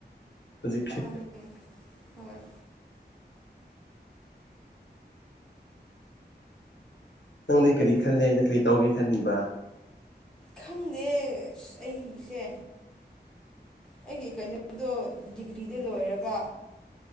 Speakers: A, on the left; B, in the centre.
A: ꯍꯧꯖꯤꯛ
B: ꯃꯥꯅꯤ ꯍꯣꯏ
A: ꯅꯪꯗꯤ ꯀꯔꯤ ꯈꯜꯂꯦ ꯅ ꯀꯔꯤ ꯇꯧꯒꯦ ꯈꯟꯜꯂꯤꯕ
B: ꯈꯪꯗꯦ ꯑ ꯑꯩꯁꯦ ꯑꯩꯒꯤ ꯀꯩꯅꯣꯗꯣ ꯗꯤꯒ꯭ꯔꯤꯗ ꯂꯣꯏꯔꯕ